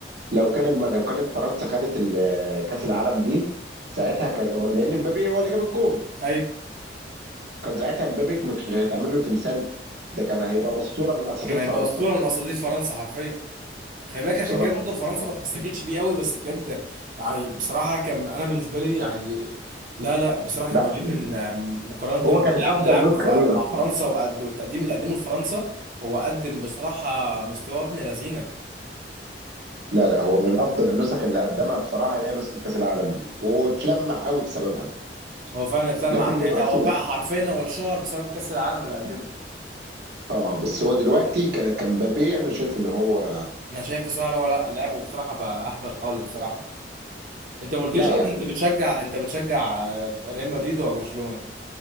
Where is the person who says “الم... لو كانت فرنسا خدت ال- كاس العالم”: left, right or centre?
Right